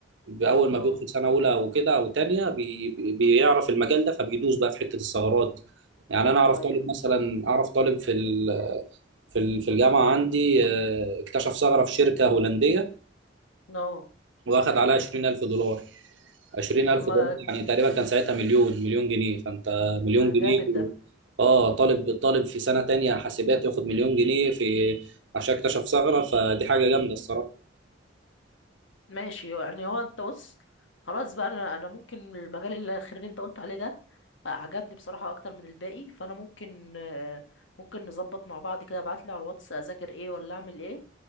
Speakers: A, on the right; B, on the left.
A: باول
B: اه
A: ما بيدخل سنه اولى وكده او تانية بي بي- بيعرف المجال ده فبيدوس بقى في حته الثغرات يعني انا اعرف
B: ايوه
A: طالب مثلا اعرف طالب في ال- في ال- في الجامعه عندي آه، اكتشف ثغره في شركه هولنديه
B: نو
A: واخد عليها 20000 دولار 20000
B: طب ما
A: دولار يعني تقريبا كان ساعتها مليون مليون جنيه فانت مليون
B: ما
A: جنيه
B: جامد
A: و...
B: ده
A: اه طالب طالب في سنه تانية حاسبات ياخد مليون جنيه في عشان اكتشف ثغره فدي حاجه جامده الصراحه
B: ماشي يعني هو انت بص خلاص بقى انا انا ممكن المجال الاخير اللي انت قلت عليه ده عجبني بصراحة اكتر من الباقي فانا ممكن آه، ممكن نظبط مع بعض كده ابعت لي على الواتس اذاكر ايه ولا اعمل ايه